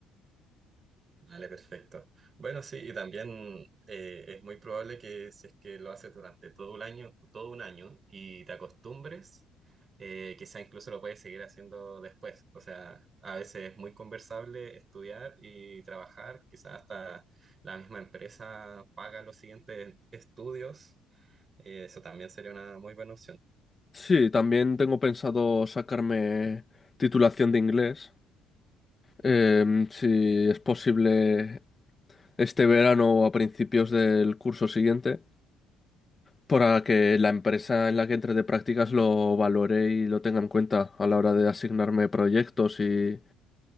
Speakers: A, on the right; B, on the left.
A: Vale, perfecto. Bueno, sí, y también eh, es muy probable que si es que lo haces durante todo un año, todo un año y te acostumbres, eh, quizá incluso lo puedes seguir haciendo después. O sea, a veces es muy conversable estudiar y trabajar, quizá hasta la misma empresa paga los siguientes estudios. Eh, eso también sería una muy buena opción.
B: Sí, también tengo pensado sacarme titulación de inglés Em, si es posible este verano o a principios del curso siguiente, para que la empresa en la que entre de prácticas lo valore y lo tenga en cuenta a la hora de asignarme proyectos y,